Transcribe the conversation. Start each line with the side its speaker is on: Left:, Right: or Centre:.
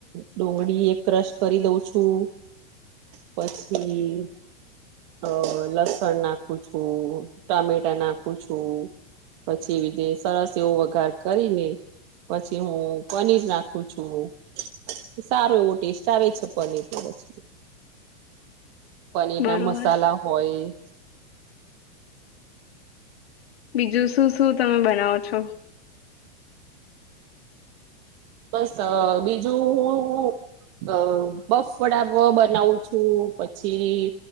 Right: ડુંગળી એક ક્રશ કરી દઉં છું. પછી અ લસણ નાખું છું ટામેટા નાખું છું. પછી વીધેય સરસ એવો વગાર કરીને પછી હું પનીર નાખું છું. સારો એવો ટેસ્ટ આવે છે પનીરનો જ પનીરના
Left: બરોબર
Right: મસાલા હોય
Left: બીજું શું શું તમે બનાવો છો.
Right: બસ બીજું હું હું. અ બફફવળા બ બનાવું શું પછી